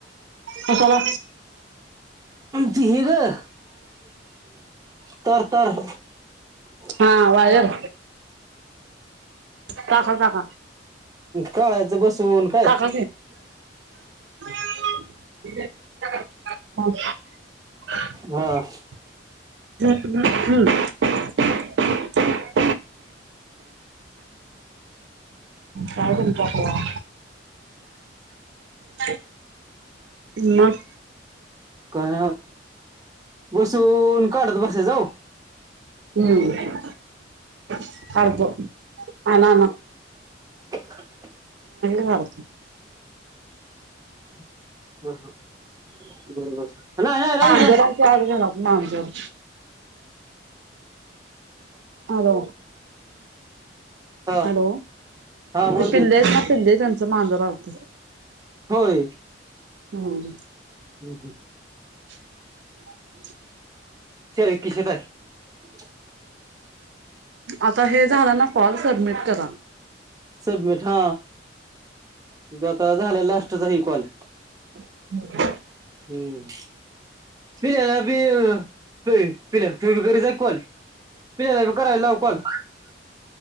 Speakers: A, on the right; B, on the right.
A: कशाला
B: ते हे ग तर तर <inaudible>
A: हा वायर काका काका
B: काढायचं बसून काय
A: काका <unintelligible>
B: हा
A: हम्म हम्म हम्म पाळगून तकवा ह मग.
B: काय बसून काढत बस जाऊ
A: हम् स्कार्फ आना आना
B: <unintelligible>
A: की
B: हा ह बरोबर नाही नाही राहू
A: हम
B: दे थांब
A: जरा आग झाल आमच्यावर हालो
B: हा
A: हॅलो
B: हा बोल
A: ते पिल्लेच
B: की
A: ना पिल्ले त्यांच मांजर आलते
B: होय
A: हम्
B: हम्म् हम्
A: हम्
B: च व किश तय. <unintelligible>
A: आता हे झाल ना फॉल सबमिट करा
B: सबमिट हा आता झाल लास्टचा हे कॉल
A: हम्
B: हम्म् पिकलेला बी अय पिल्या तु बि करित जाय कॉल पिल्यालाबि करायला लाव कॉल